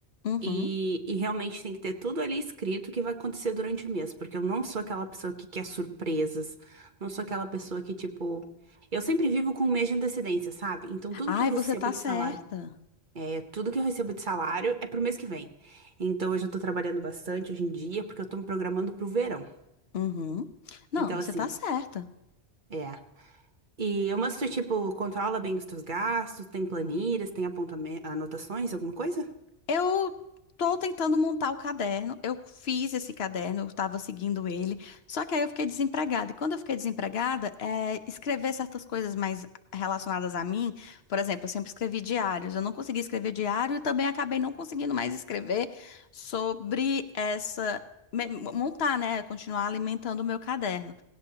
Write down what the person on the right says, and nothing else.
E, e realmente tem que ter tudo ali escrito o que vai acontecer durante o mês, porque eu não sou aquela pessoa que quer surpresas, não sou aquela pessoa que, tipo. Eu sempre vivo com um mês de antecedência, sabe? Então tudo
que eu recebo
de
salário é tudo que eu recebo de salário é pro mês que vem. Então eu já tô trabalhando bastante hoje em dia, porque eu tô me programando pro verão.
Então,
assim,
é. E o Master, tipo, controla bem os teus gastos, tem planilhas, tem apontame- anotações, alguma coisa?